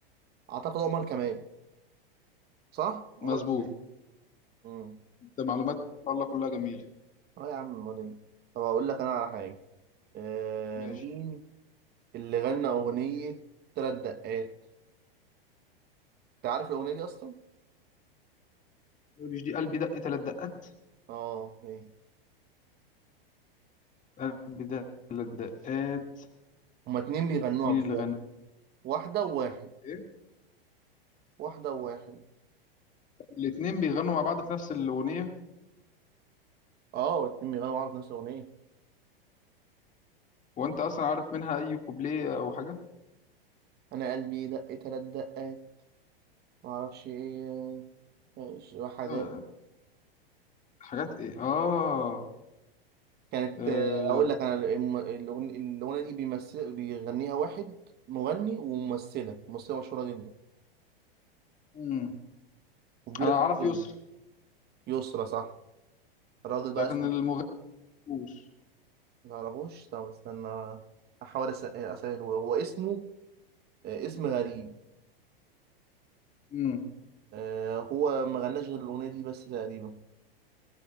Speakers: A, on the right (about 35°); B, on the left (about 25°).
A: اعتقد عمر كمال صح عمر
B: مظبوط
A: كمال امم
B: أنت معلومات الله كلها جميلة
A: اه يا عم امال ايه طب اقول لك انا على حاجه آه
B: ماشي
A: مين اللي غنى اغنيه ثلاث دقات انت عارف الاغنيه دي اصلا
B: مش دي قلبي دق تلات دقات
A: اه ايه
B: قلبي دق تلات دقات
A: هما اتنين بيغنوها
B: مين
A: مش
B: اللي
A: واحد
B: غنى؟
A: واحده وواحد
B: إيه؟
A: واحده وواحد
B: الاتنين بيغنوا مع بعض في نفس الأغنية
A: اه الاتنين بيغنوا مع بعض في نفس الاغنيه
B: وأنت أصلا عارف منها أي كوبليه أو حاجة؟
A: انا قلبي دق ثلاث دقات ما اعرفش ايه إيش- وحدات
B: آه. حاجات ايه اه,
A: كانت
B: آه.
A: آه، اقول لك انا الم- الأغن- الاغنيه دي بيمثل بيغنيها واحد مغني وممثله ممثله مشهوره جدا
B: مم.
A: وكبيره
B: انا
A: في
B: اعرف
A: السن
B: يسر
A: يسرا صح الراجل بقى
B: لكن
A: اسمه
B: المغني مش
A: ما تعرفوش طب استنى احاول أس- اسأله هو اسمه آه، اسم غريب
B: امم
A: آه، هو ما غناش غير الاغنيه دي بس تقريبا